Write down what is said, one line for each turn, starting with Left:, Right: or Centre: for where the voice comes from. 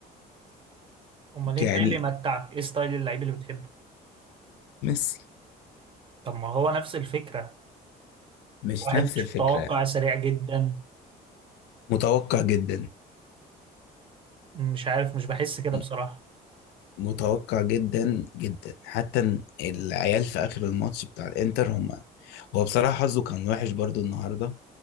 Right: امال انت
Left: يعني
Right: ايه اللي متعك ايه ستايل اللعيب اللي بتحبه
Left: ميسي
Right: طب ما هو نفس الفكرة
Left: مش
Right: واحد
Left: نفس
Right: مش
Left: الفكره
Right: متوقع سريع جدا
Left: متوقع جدا
Right: مش عارف مش بحس كده
Left: م-
Right: بصراحة
Left: متوقع جدا جدا حتى العيال في اخر الماتش بتاع الانتر هم هو بصراحه حظه كان وحش برضو النهارده